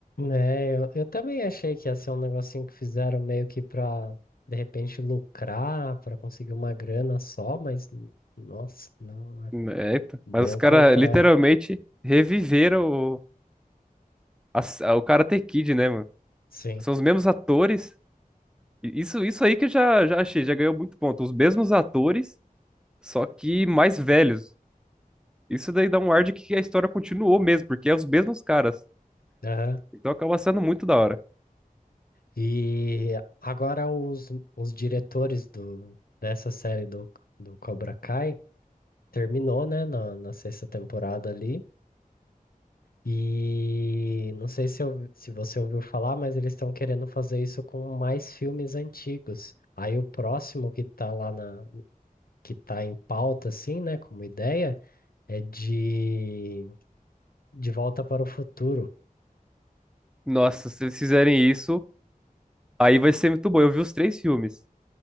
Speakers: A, on the left (about 80°); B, in the centre.
A: É, eu, eu também achei que ia ser um negocinho que fizeram meio que pra, de repente, lucrar, pra conseguir uma grana só, mas, n- nossa, não, é
B: É, então.
A: bem
B: Mas
A: o
B: os caras
A: contrário.
B: literalmente reviveram o, a, a- o Karate Kid, né, mano?
A: Sim.
B: São os mesmos atores. E Isso, isso aí que eu já, já achei, já ganhou muito ponto. Os mesmos atores, só que mais velhos. Isso daí dá um ar de que a história continuou mesmo, porque é os mesmos caras.
A: aham.
B: Então acaba sendo muito da hora.
A: E agora os, os diretores do, dessa série do, do Cobra Kai terminou, né, na, na sexta temporada ali. E não sei se, eu, se você ouviu falar, mas eles estão querendo fazer isso com mais filmes antigos. Aí o próximo que tá lá na, que está em pauta, assim, né, como ideia, é de De Volta para o Futuro.
B: Nossa, se eles fizerem isso, aí vai ser muito bom. Eu vi os três filmes